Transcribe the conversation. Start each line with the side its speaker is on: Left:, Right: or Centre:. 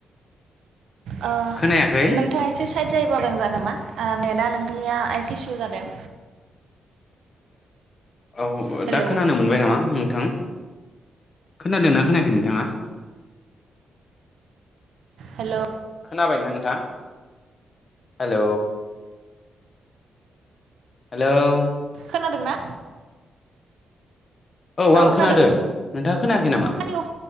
Right: ओ
Left: खोनायाखै
Right: नोंथाङा एसे साइड जायोबा मोजां जागोन नामा? ओ नेथा नोंथांनि या दुखु जादों।
Left: औ
Right: हेलौ
Left: दा खोनानो मोनबाय नामा? नोंथां खोनादों ना खोनायाखै नोंथाङा।
Right: हेल'
Left: खोनाबायना नोंथां? हेल' हेलौ
Right: खोनादोंना?
Left: आं
Right: औ खोनादों
Left: नोंथाङा खोनायाखै नामा
Right: आंनिखौ